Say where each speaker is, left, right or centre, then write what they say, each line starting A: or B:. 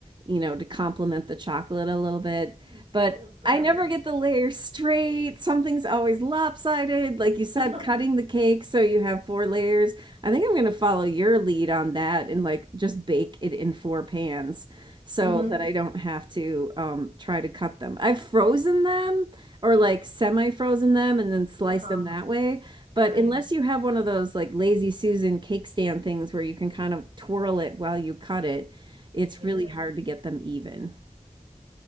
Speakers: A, on the right (about 35°); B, on the right (about 55°).
A: you know, to complement the chocolate a little bit.
B: Mm,
A: But
B: I love bourbon.
A: I never get the layer straight. Something's always lopsided. Like you said,
B: <laughs>
A: cutting the cake so you have four layers. I think I'm going to follow your lead on that and like just bake it in four pans so
B: mm-hmm.
A: that I don't have to um, try to cut them. I've frozen them or like semi-frozen them and then sliced
B: uh-huh,
A: them that way. But
B: right.
A: unless you have one of those like lazy Susan cake stand things where you can kind of twirl it while you cut it, it's
B: I
A: really
B: do.
A: hard to get them even.